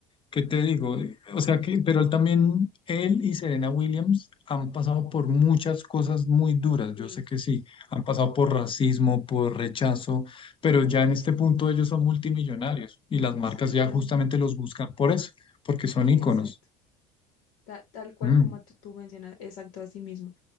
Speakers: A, on the left; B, on the left.
A: ¿qué te digo? Eh, O sea que, pero él también, él y Serena Williams han pasado por muchas cosas muy duras,
B: sí,
A: yo sé que sí, han pasado por
B: pero
A: racismo, por rechazo, pero
B: completamente.
A: ya en este punto ellos son multimillonarios y las marcas
B: Sí,
A: ya
B: ya,
A: justamente los buscan por eso, porque son íconos.
B: exacto. ta- tal cual
A: Mm.
B: como tú tú mencionas, exacto, así mismo.